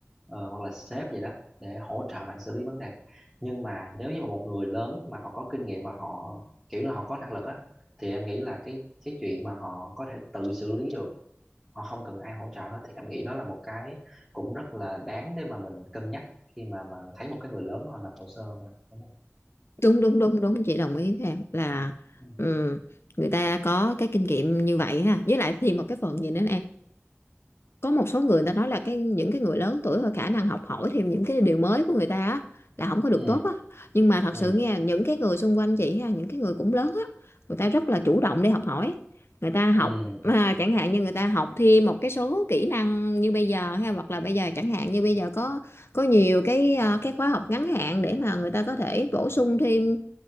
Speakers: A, in the centre; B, on the left (about 65°).
A: ờ, hoặc là sếp vậy đó để hỗ trợ bạn xử lý vấn đề nhưng mà nếu như mà một người lớn mà họ có kinh nghiệm và họ kiểu là họ có năng lực á thì em nghĩ là cái cái chuyện mà họ có thể tự xử lý được họ không cần ai hỗ trợ hết thì em nghĩ đó là một cái cũng rất là đáng để mà mình cân nhắc khi mà mà thấy một cái người lớn họ nộp hồ sơ mà đúng không
B: đúng đúng đúng đúng chị đồng ý với em là
A: ừ
B: ừ, người ta có cái kinh nghiệm như vậy ha với lại thì một cái phần gì nữa có một số người ta nói là cái những cái người lớn tuổi và khả năng học hỏi thêm những cái điều mới của người ta á là không có được
A: ừ
B: tốt á nhưng mà thật
A: ừ
B: sự nghe những cái người xung quanh chị ha những cái người cũng lớn á người ta rất là chủ động để học hỏi người ta học
A: ừ
B: à, chẳng hạn như người ta học thêm một cái số kỹ năng như bây giờ ha hoặc là bây giờ chẳng hạn như bây giờ có có nhiều cái à, cái khóa học ngắn hạn để mà người ta có thể bổ sung thêm